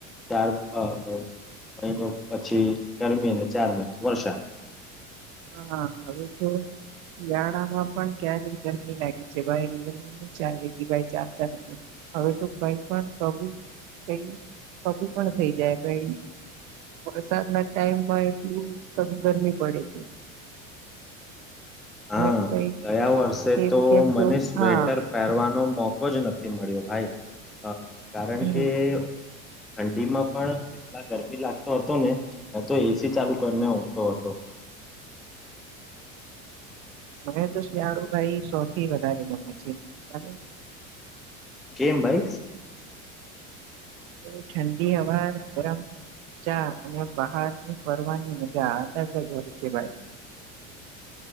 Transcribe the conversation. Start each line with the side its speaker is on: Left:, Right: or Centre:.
Centre: ચાર હ હ, મહિનો પછી ગરમી અને ચાર મહિનો વરસાદ.
Right: હા, હવે તો શિયાળામાં પણ ક્યારેક ગરમી લાગી છે, ભાઈ એ ની ચાલે છે કી ભાઈ ચાર ચાર મહિના હવે તો કઈ પણ કબું કઈ કબું પણ થઈ જાય ભઈ. વરસાદના ટાઈમમાં એટલું કબી ગરમી પડે છે.
Centre: હા,
Right: ને કઈ
Centre: ગયા વર્ષે
Right: કેમ
Centre: તો
Right: કેમ
Centre: મને સ્વેટર
Right: હા
Centre: પેહરવાનો મોકો જ નથી મળ્યો ભાઈ અ કારણ
Right: હમ
Centre: કે ઠંડીમાં પણ એટલા ગરમી લાગતો હતો ને હતો એસી ચાલુ કરીને ઊંઘતો હતો. <inaudible>
Right: મને તો શિયાળો ભાઈ સૌથી વધારે ગમે છે તમે.
Centre: કેમ ભાઈ સ
Right: અરે ઠંડી હવા ગરમ ચા અને બહારની ફરવાની મજા અલગ જ હોય છે ભાઈ.